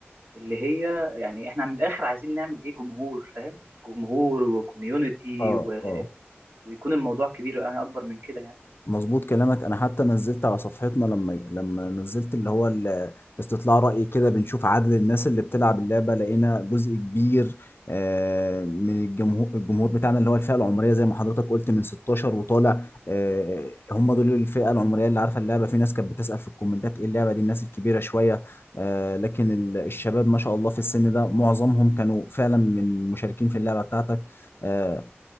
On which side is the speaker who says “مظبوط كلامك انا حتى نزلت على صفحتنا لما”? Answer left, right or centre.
Left